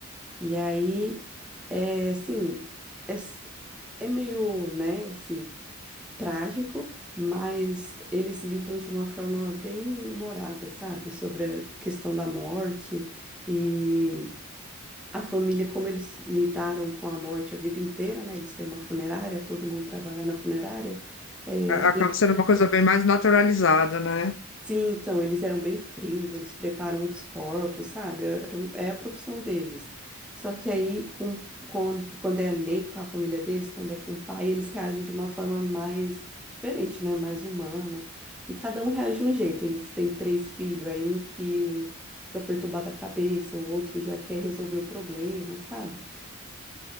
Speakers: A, in the centre; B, on the left.
A: E aí, é assim, é, s- é meio, né, assim, trágico, mas eles lidam de uma forma bem humorada, sabe? Sobre a questão da morte e a família, como eles lidaram com a morte a vida inteira, né? Eles têm uma funerária, todo mundo trabalha na funerária. É,
B: A- Acaba sendo uma coisa bem mais naturalizada, né?
A: Sim, então, eles eram bem frios, eles preparam os corpos, sabe? É, Era um- É a profissão deles. Só que aí, com, com- quando é ne com a família deles, quando é com o pai, eles reagem de uma forma mais diferente, né? Mais humana. E cada um reage de um jeito. Eles têm três filhos, aí um filho fica perturbado a cabeça, o outro já quer resolver o problema, sabe?